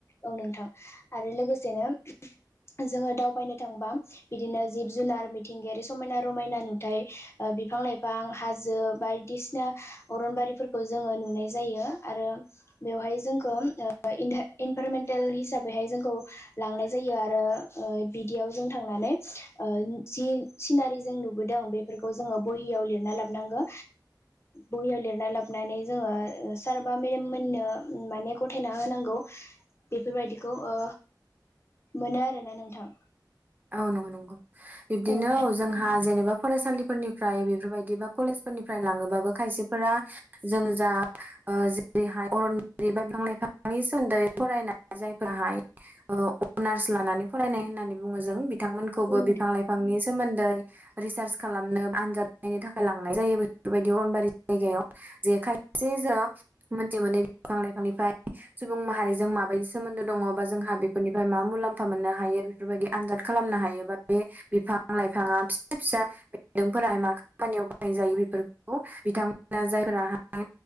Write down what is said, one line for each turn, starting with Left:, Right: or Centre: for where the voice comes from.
Left: औ नोंथां आरो लोगोसेनो जोङो दावबायनो थांबा बिदिनो जिब जुनार मिथिंगायारि समायना रमायना नुथाय ओ बिफां लाइफां हाजो बायदिसिना अरनबारिफोर खौ जोङो नुनाय जायो आरो बेवहाय जोंखौ इन्टा इनभारमेन्टेल हिसाबैहाय जोंखौ लांनाय जायो आरो बिदियाव जों थांनानै जि सिनारि जों नुबोदों बेफोरखौ जोङो बहियाव लिरना लाबोनांगौ बहियाव लिरना लाब हाबनानै जोङो सार बा मेडाम मोननो माने गथायना होनांगौ। बेफोर बायदिखौ ओ मोनो आरोना नोंथां
Right: औ नंगौ नंगौ बिब्दिनो
Left: औ नोंथां
Right: जोंहा जेनेबा फरायसालिफोरनिफ्राय बेफोरबायदि बा कलेजफोरनिफ्राय लाङोबाबो खायसेफोरा जों जा ओ जेरैहाय अरनबारि बा बिफां- लाइफांनि सोमोन्दै फरायनाय जायफोराहाय अनार्स लानानै फरायनाय होननानै बुङो जों बिथांमोनखौबो
Left: औ
Right: बिफां लाइफांनि सोमोन्दै रिसार्च खालामनो आनजाद नायनो थाखाय लांनाय जायो बेफोरबायदि अरनबारि जायगायाव। जे खायसे जों मोनथि मोनै बिफां लाइफांनिफ्राय सुबुं माहारिजों माबायदि सोमोन्दो दङ बा जोंहा बेफोरनिफ्राय मा मुलाम्फा मोननो हायो बेफोरबायदि आनजाद खालामनो हायोबा बे बिफां लाइफाङा फिसा फिसा बेन्दोंफोरा मा खामानियाव बाहाय जायो बेफोरखौ बिथांमोना जायफोराहाय